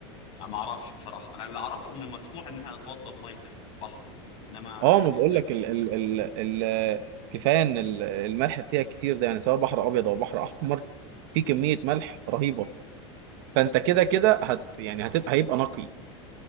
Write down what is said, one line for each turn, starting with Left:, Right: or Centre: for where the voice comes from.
Left: أنا ما اعرفش بصراحه انا اللي اعرفه ان مسموح ان احنا نتوضى بميه البحر انما
Right: اه
Left: يعني
Right: ما بقول
Left: غير
Right: لك ال ال ال ال كفايه ان ال- الملح فيها كتير ده يعني سواء بحر ابيض او بحر احمر في كميه ملح رهيبه فانت كده كده هت يعني هتبقى هيبقى نقي